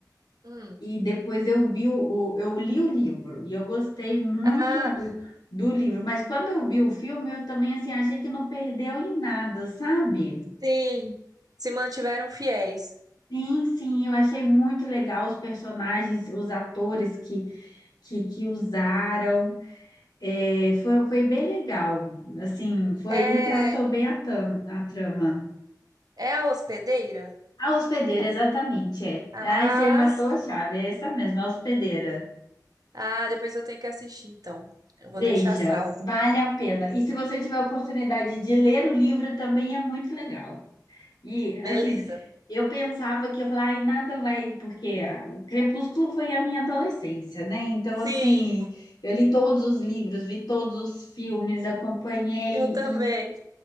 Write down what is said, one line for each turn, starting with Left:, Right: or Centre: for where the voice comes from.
Right: Hum.
Left: e depois eu vi o, o- eu li o livro e eu gostei muito
Right: Ah,
Left: do, do livro. Mas quando eu vi o filme, eu também assim achei que não perdeu em nada, sabe?
Right: sim. Se mantiveram fiéis.
Left: Sim, sim, eu achei muito legal os personagens, os atores que, que, que usaram. É, foi, foi bem legal. Assim, foi
Right: É,
Left: retratou bem a tam- a trama.
Right: é a hospedeira?
Left: A hospedeira, exatamente, é.
Right: Ah,
Left: Aí você matou
Right: sim.
Left: a chave, é essa mesmo a hospedeira.
Right: Ah, depois eu tenho que assistir, então. Eu vou
Left: Veja,
Right: deixar salvo.
Left: vale a pena. E se você tiver a oportunidade de ler o livro, também é muito legal. E, assim,
Right: Beleza.
Left: eu pensava que eu falava, ai, nada vai, porque ah, o Crepúsculo foi a minha adolescência, né? Então,
Right: Sim,
Left: assim, eu li todos os livros, vi todos os filmes, acompanhei
Right: eu também.